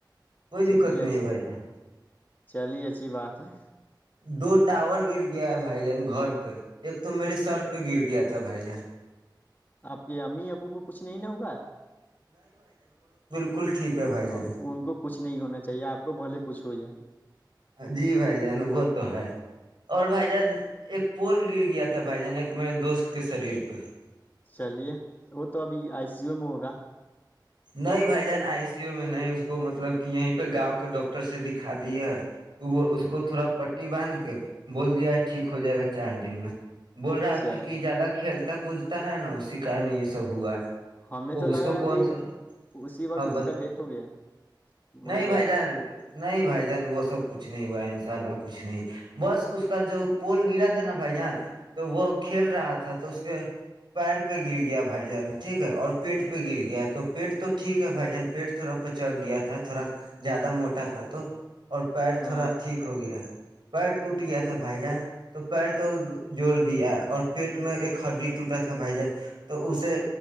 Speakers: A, on the right; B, on the left.
A: کوی
B: چلیے
A: دققت نہیں
B: اچھی
A: ہے بھای جان
B: چلیے اچھی بات ہے
A: دو ٹاور گر گیا ہے بھائی جان گھر پہ ایک تو میرے سر پہ گر گیا تھا بھائی جان
B: آپ کے امی ابو کو کچھ نہیں نہ ہوا ہے
A: بلکل ٹھیک ہے بھائی
B: ہاں
A: جان
B: ان کو کچھ نہیں ہونا چاہیے آپ کو بھلے کچھ ہو جائے
A: جی بھائی جان وہ تو ہے اور بھائی جان ایک پول گر گیا تھا بھائی جان ایک میرے دوست کے شریر پہ
B: چلیے وہ تو ابھی آئی سی یو میں ہوگا
A: نہیں بھائی جان ائی سی یو میں نہیں اس کو مطلب کہ یہیں پہ گاوں کے ڈاکٹر سے دکھا دیے ہیں وہ اس
B: ہوں،
A: کو تھوڑا پ ٹی باندھ کے بول دیا ٹھیک ہو جائے گا چار دن میں بول رہا
B: چلیے
A: تھا کہ زیادہ کھیلتا کودتا ہے نہ اسی کارن یہ سب ہوا
B: ہمیں تو
A: اب
B: لگ
A: اس کو
B: رہا ہے
A: کون
B: کہ
A: سا
B: اسی وقت
A: ہاں
B: اس
A: بتا
B: کا ڈیتھ ہو گیا مر
A: نہیں بھائی
B: گیا
A: جان نہیں بھائی جان وہ سب کچھ نہیں ہوا ہے انشاء اللہ کچھ نہیں بس اس کا جو پول گرا تھا نہ بھائی جان تو وہ کھیل رہا تھا تو اس کے پیر پہ گر گیا بھائی جان ٹھیک ہے اور پیٹ پہ گر گیا تو پیٹ تو ٹھیک ہے بھائی جان پیٹ تھوڑا پچک گیا تھا تھوڑا زیادہ موٹا تھا تو اور پیر
B: ہاں
A: تھوڑا ٹھیک ہو گیا پیر ٹوٹ گیا تھا بھائی جان تو پیر تو جوڑ دیا ہے اور پیٹ میں ایک ہڈی ٹوٹا تھا بھائی جان تو اسے